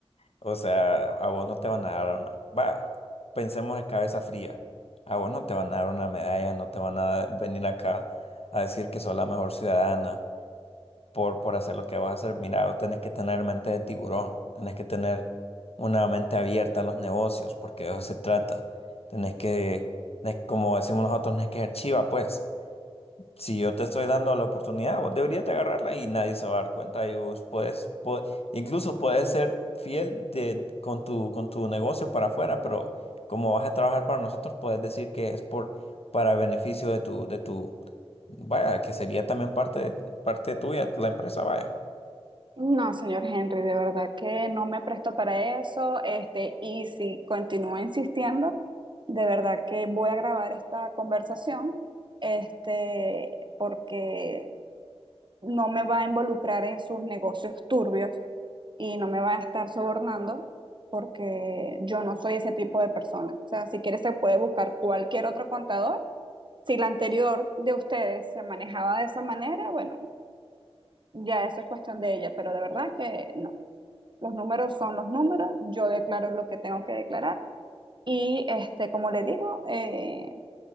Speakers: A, on the left; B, on the right.
A: o sea, a vos no te van a dar una, va, pensemos de cabeza fría, a vos no te van a dar una medalla, no te van a venir acá a decir que sos la mejor ciudadana, por, por hacer lo que vas a hacer. Mira, vos tenés que tener mente de tiburón, tenés que tener una mente abierta a los negocios, porque de eso se trata. Tenés que, tenés- como decimos nosotros, tenés que ser chiva, pues. Si yo te estoy dando la oportunidad, vos deberías de agarrarla y nadie se va a dar cuenta. Y vos puedes, po- incluso puedes ser fiel de, con tu, con tu negocio para afuera, pero como vas a trabajar para nosotros, puedes decir que es por, para beneficio de tu, de tu, vaya, que sería también parte, parte tuya, la empresa, vaya.
B: No, señor Henry, de verdad que no me presto para eso. Este, y si continúa insistiendo, de verdad que voy a grabar esta conversación, este, porque no me va a involucrar en sus negocios turbios y no me va a estar sobornando, porque yo no soy ese tipo de persona. O sea, si quiere se puede buscar cualquier otro contador. Si la anterior de ustedes se manejaba de esa manera, bueno, ya eso es cuestión de ella, pero de verdad que no. Los números son los números, yo declaro lo que tengo que declarar y este, como le digo, eh,